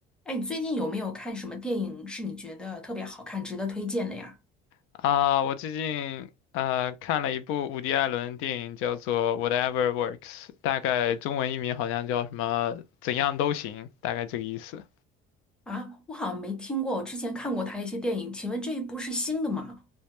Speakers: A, in the centre; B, on the left.
A: 哎，你最近有没有看什么电影是你觉得特别好看、值得推荐的呀？
B: 啊，我最近呃看了一部伍迪·艾伦的电影，叫做《Whatever Works》，大概中文译名好像叫什么“怎样都行”，大概这个意思。
A: 啊，我好像没听过，我之前看过他一些电影，请问这一部是新的吗？